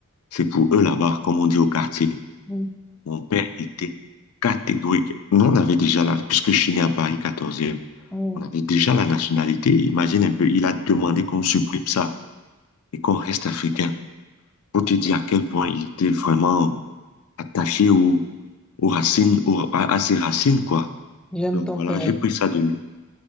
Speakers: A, on the left (about 80°); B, in the centre.
A: c'est pour eux là-bas, comme on dit au quartier.
B: Mhm,
A: Mon père était catégorique. Nous, on avait déjà la, puisque je suis né à Paris quatorzième,
B: mhm.
A: on avait déjà la nationalité. Imagine un peu, il a demandé qu'on supprime ça et qu'on reste africain. Pour te dire à quel point il était vraiment attaché aux, aux racines, aux- à, à ses racines, quoi.
B: J'aime
A: Donc
B: ton
A: voilà,
B: père.
A: j'ai pris ça de lui.